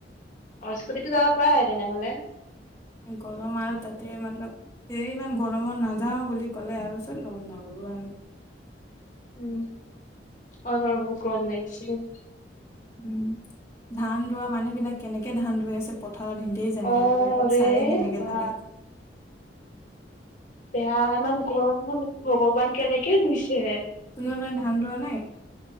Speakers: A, on the left (about 45°); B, on the left (about 15°).
A: অস্কুটো যাব পাৰে তেনেহলে
B: গৰম আৰু তাতে মতল স ইমান গৰম গৰমত নাযাও বুলি ক'লে আৰু চত লম নগলো আৰু
A: উ হয় বাৰু বহুত গৰম লাগিছিলে
B: উ ধান ৰোৱা মানুহ বিলাক কেনেকে ধান ই আছে প <unintelligible> কথা নিধেই জানে
A: অ
B: আৰু সিহঁতক
A: ৰে
B: চায়ে কেনেকে
A: বা
B: লাগে
A: বয়া ইমান গৰম ভগৱান কেনেকে ৰুইছে
B: তোমাৰ কাৰণে ধান ৰোৱা নাই